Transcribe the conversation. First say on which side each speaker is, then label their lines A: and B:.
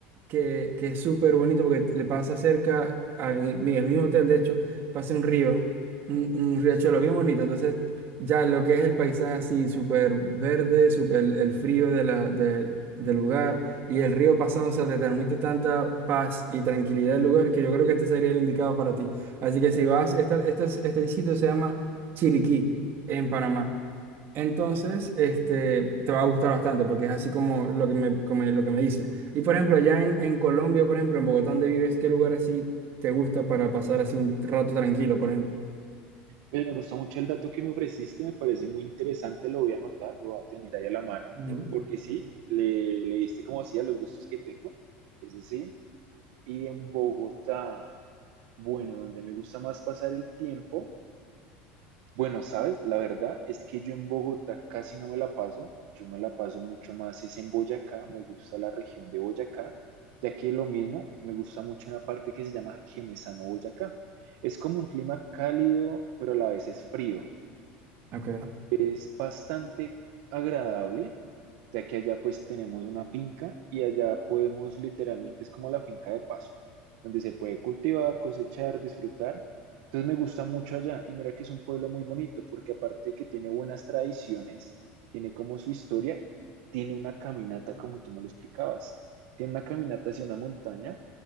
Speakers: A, on the right; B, on the right.
A: que, que es súper bonito porque le pasa cerca, a- en mi- el mismo hotel, de hecho, pasa un río, un, un riachuelo bien bonito. Entonces, ya lo que es el paisaje así, súper verde, sup- el, el frío de la, de- del lugar y el río pasando, o sea, te transmite tanta paz y tranquilidad del lugar que yo creo que este sería el indicado para ti. Así que si vas, esta- este, es- este sitio se llama... Chiriquí en Panamá. Entonces, este, te va a gustar bastante porque es así como lo que me, como lo que me dices. Y por ejemplo, allá en, en Colombia, por ejemplo, en Bogotá, donde vives, ¿qué lugar así te gusta para pasar así un rato tranquilo, por ejemplo?
B: Pero me gusta mucho el dato que me ofreciste, me parece muy interesante, lo voy a anotar, lo voy a tener ahí a la mano,
A: No.
B: porque sí, le, le diste como así a los gustos que tengo, eso sí. Y en Bogotá, bueno, donde me gusta más pasar el tiempo, bueno, sabes, la verdad es que yo en Bogotá casi no me la paso, yo me la paso mucho más, es en Boyacá, me gusta la región de Boyacá, ya que lo mismo, me gusta mucho una parte que se llama Genesano Boyacá. Es como un clima cálido, pero a la vez es frío
A: Ok.
B: es bastante agradable, ya que allá pues tenemos una finca y allá podemos literalmente, es como la finca de paso, donde se puede cultivar, cosechar, disfrutar. Entonces me gusta mucho allá y mira que es un pueblo muy bonito porque aparte de que tiene buenas tradiciones, tiene como su historia, tiene una caminata como tú me lo explicabas, tiene una caminata hacia una montaña